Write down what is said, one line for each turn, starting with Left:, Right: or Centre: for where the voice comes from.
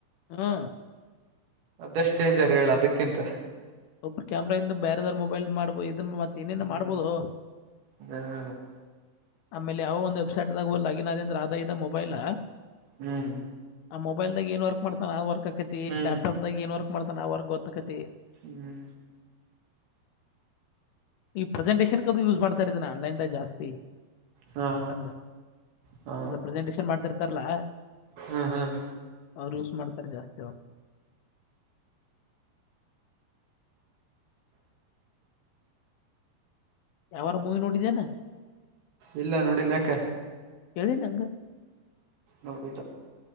Left: ಹಾ
Right: ಅದೆಷ್ಟ ಡೇಂಜರ್ ಹೇಳ ಅದಕ್ಕಿಂತ
Left: ಒಬ್ಬ ಕ್ಯಾಮ್ರ ಇಂದ ಬೇರೆದಾರರ ಮೊಬೈಲ್ ಮಾಡ್ಬೋದು ಅದನ್ನು ಮತ್ತೆ ಇನೇನ್
Right: ಹ್ಮ್
Left: ಮಾಡ್ಬೋದು
Right: ಹ
Left: ಆಮೇಲೆ ಯಾವ ಒಂದು ವೆಬ್ಸೈಟಗ ಹೋ ಲಾಗಿನ್ ಆದ ಅಂದ್ರೆ ಆದಾಯ ಇದದ ಮೊಬೈಲ
Right: ಹ್ಮ್
Left: ಆ ಮೊಬೈಲ್ದಾಗ ಏನ್ ವರ್ಕ್ ಮಾಡತಾನ ಆ ವರ್ಕ್ ಆಕತಿಲ್ಯಾಪ್ಟಾಪ್
Right: ಹ್ಮ್
Left: ದಾಗ ಏನ್ ವಕ್ ಮಾಡತನ್ ಆ ವರ್ ಗೊತ್ತಕತತಿ
Right: ಹ್ಮ್
Left: ಈ ಪ್ರೆಸೆಟೇಶನ್ ಅದು ಯೂಸ್ ಮಾಡ್ತಾ ಇದೀನೆ ಆನ್ಲೈನಗ ಜಾಸ್ತಿ
Right: ಹಾ
Left: ಹಂಗ
Right: ಹಾ
Left: ಅ ಪ್ರೆಸೆಂಟೇಶನ್ ಮಾಡ್ತಿರ್ತಾರಲ್ಲ
Right: ಹ್ಮ್ ಹ್ಮ್
Left: ಅವರು ಯೂಸ್ ಮಾಡ್ತಾರೆ ಜಾಸ್ತಿ ಅವ ಯಾವಾರ ಮೂವಿ ನೋಡಿದ್ದೇನಾ
Right: ಇಲ್ಲ ನೋಡಿಲ ಅಕ್ಕ
Left: ಕೇಳಿ ನಂಗ
Right: ನೋಡಿಲ್ಲ